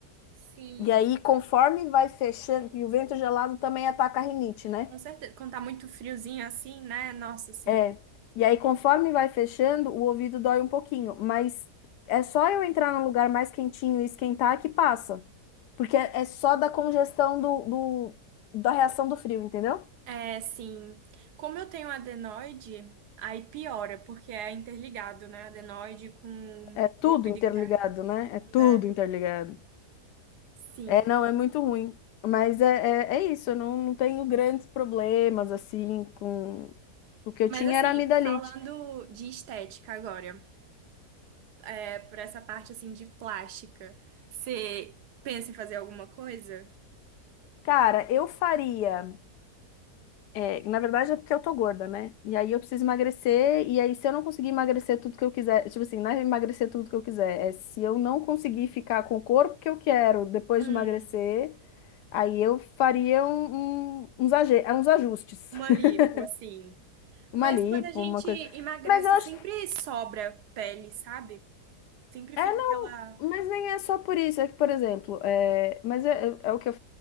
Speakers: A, on the right (about 75°); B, on the left (about 85°).
A: sim,
B: E aí, conforme vai fechando, e o vento gelado também ataca a rinite, né?
A: com certeza. Quando tá muito friozinho assim, né? Nossa, sim.
B: É, e aí conforme vai fechando, o ouvido dói um pouquinho, mas é só eu entrar num lugar mais quentinho e esquentar que passa. Porque é é só da congestão do, do- da reação do frio, entendeu?
A: É, sim. Como eu tenho adenoide, aí piora, porque é interligado, né? Adenoide com
B: É tudo
A: o ouvido
B: interligado,
A: interno,
B: né? É tudo
A: né?
B: interligado.
A: Sim.
B: É, não, é muito ruim. Mas é, é, é isso, eu não, não tenho grandes problemas assim com. O que eu
A: Mas
B: tinha
A: assim,
B: era amidalite.
A: falando de estética agora, é, por essa parte assim de plástica, você pensa em fazer alguma coisa?
B: Cara, eu faria. É, na verdade é porque eu tô gorda, né? E aí eu preciso emagrecer, e aí se eu não conseguir emagrecer tudo que eu quiser, tipo assim, não é emagrecer tudo que eu quiser, é se eu não conseguir ficar com o corpo que eu quero depois
A: Hum,
B: de emagrecer, aí eu faria um, um- uns, aje- é, uns ajustes.
A: uma
B: <laughs>
A: lipo, assim.
B: Uma
A: Mas
B: lipo,
A: quando a gente
B: uma coisa.
A: emagrece,
B: Mas eu acho.
A: sempre sobra pele, sabe? Sempre
B: É,
A: fica
B: não,
A: aquela.
B: mas nem é só por isso. É que, por exemplo, é, mas é, é- é o que eu.